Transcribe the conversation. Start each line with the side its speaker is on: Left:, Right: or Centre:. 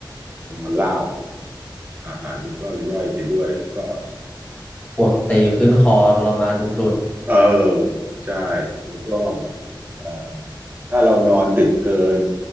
Right: เรานอนราบอ่ะอาหารมันก็ย่อยไปด้วยแล้วก็
Left: ปวดตีขึ้นคอทรมานสุด
Right: เออใช่แล้วก็เอ่อถ้าเรานอนดึกเกิน